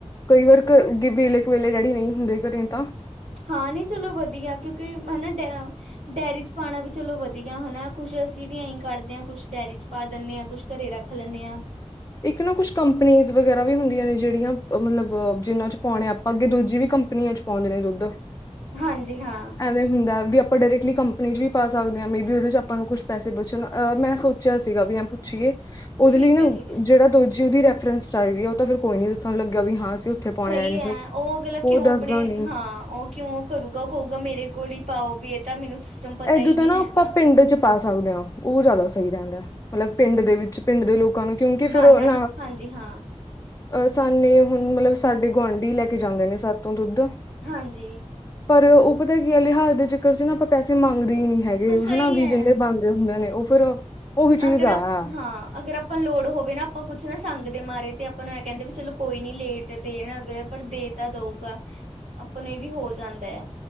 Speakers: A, on the left; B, on the right.
A: ਕਈ
B: ਹਾਂ
A: ਵਾਰ ਘਰ ਵੇਲੇ ਕੁ ਵੇਲੇ ਡੈਡੀ ਨਹੀਂ ਹੁੰਦੇ ਘਰੇ ਤਾਂ
B: ਹਾਂ ਨਹੀਂ ਚਲੋ ਵਧੀਆ ਕਿਉਂਕਿ ਹਨਾ ਡ ਡੇਅਰੀ ਚ ਪਾਣਾ ਵੀ ਚਲੋ ਵਧੀਆ ਹਨਾ, ਕੁਛ ਅਸੀਂ ਵੀ ਐਏਹੀਂ ਕੱਢਦੇ ਹਾਂ ਕੁਛ ਡੇਅਰੀ ਚ ਪਾ ਦਿੰਦੇ ਆ ਕੁਛ ਘਰੇ ਰੱਖ ਲੈਂਨੈ ਹਾਂ।
A: ਇੱਕ ਨਾ ਕੁਛ ਕੰਪਨੀਜ਼ ਵਗੈਰਾ ਵੀ ਹੁੰਦੀਆਂ ਨੇ ਜਿਹੜੀਆਂ ਮਤਲਬ ਜਿਹਨਾਂ ਚ ਪਾਉਣੇ ਆਪਾਂ ਅੱਗੇ ਦੂਜੀ ਵੀ ਕੰਪਨੀਆਂ ਚ ਪਾਉਂਦੇ ਨੇ ਦੁੱਧ
B: ਹਾਂਜੀ ਹਾਂ।
A: ਐਵੇਂ ਹੁੰਦਾ ਵੀ ਆਪਾਂ ਡਾਇਰੈਕਟਲੀ ਕੰਪਨੀ 'ਚ ਵੀ ਪਾ ਸਕਦੇ ਹਾਂ ਮੇ ਵੀ ਉਹਦੇ ਚ ਆਪਾਂ ਨੂੰ ਕੁਛ ਪੈਸੇ ਬਚਣ ਮੈਂ ਸੋਚਿਆ ਸੀਗਾ ਵੀ ਐਂ ਪੁੱਛੀਏ। ਉਹਦੇ
B: ਠੀਕ
A: ਲਈ ਨਾ
B: ਹੈ ਠੀਕ ਹੈ।
A: ਜਿਹੜਾ ਦੂਜੀ ਉਹਦੀ ਰੈਫਰੈਂਸ ਚਾਹੀਦੀ, ਉਹ ਫਿਰ ਕੋਈ ਨਹੀਂ ਦੱਸਣ ਨੂੰ ਲੱਗਿਆ ਵੀ ਹਾਂ। ਉੱਥੇ ਪਾਉਣੇ
B: ਸਹੀ
A: ਆਏ ਨਹੀਂ
B: ਹੈ ਉਹ ਅਗਲਾ
A: ਉਹ
B: ਕਿਉਂ
A: ਦੱਸਦਾ
B: ਆਪਣੇ
A: ਨੀ
B: ਹਾਂ ਉਹ ਕਿਉਂ ਉਹ ਕਰੂਗਾ ਉਹ ਕਹੂਗਾ ਮੇਰੇ ਕੋਲ ਹੀ ਪਾਓ। ਵੀ ਇਹ ਤਾਂ ਮੈਨੂੰ ਸਿਸਟਮ ਪਤਾ
A: ਇਦੋਂ
B: ਹੀ
A: ਤਾਂ
B: ਨਹੀਂ
A: ਨਾ ਆਪਾਂ
B: ਹੈਗਾ
A: ਪਿੰਡ ਚ ਪਾ ਸਕਦੇ, ਹਾਂ ਉਹ ਜ਼ਿਆਦਾ ਸਹੀ ਰਹਿੰਦਾ। ਮਤਲਬ ਪਿੰਡ ਦੇ ਵਿੱਚ ਪਿੰਡ ਦੇ ਲੋਕਾਂ ਨੂੰ ਕਿਉਂਕਿ ਫਿਰ
B: ਬਾਨਾ
A: ਉਹ ਨਾਲ
B: ਚ ਹਾਂਜੀ ਹਾਂ
A: ਅਹ ਸਾਨੇ ਹੁਣ, ਮਤਲਬ ਸਾਡੇ ਗੁਆਂਢੀ ਲੈ ਕੇ ਜਾਂਦੇ ਨੇ ਸਤੋ ਤੋਂ ਦੁੱਧ
B: ਹਾਂਜੀ,
A: ਪਰ ਉਹ ਪਤਾ ਕੀ ਲਿਹਾਜ਼ ਦੇ ਚਿਕਰ ਚ ਨਾ ਆਪਾਂ ਪੈਸੇ ਮੰਗਦੇ ਵੀ ਨੀ ਹੈਗੇ,
B: ਹਾਂ ਸਹੀ
A: ਹਨਾ ਵੀ
B: ਹੈ
A: ਜਿੰਨੇ ਬਣਦੇ ਹੁੰਦੇ ਨੇ ਉਹ ਫਿਰ ਚੀਜ਼
B: ਅਗਰ
A: ਆ
B: ਹਾਂ ਅਗਰ ਆਪਾਂ ਲੋੜ ਹੋਵੇ ਨਾ ਆਪਾਂ ਕੁਛ ਨਾ ਸੰਗਦੇ। ਮਾਰੇ ਤੇ ਆਪਾਂ ਨੂੰ ਇਹ ਕਹਿੰਦੇ ਵੀ ਚਲੋ ਕੋਈ ਨੀ ਲੇਟ ਦੇਣ ਅਗਰ ਪਰ ਦੇ ਤਾਂ ਦਊਗਾ, ਆਪਾਂ ਨੂੰ ਇਹ ਵੀ ਹੋ ਜਾਂਦਾ ਹੈ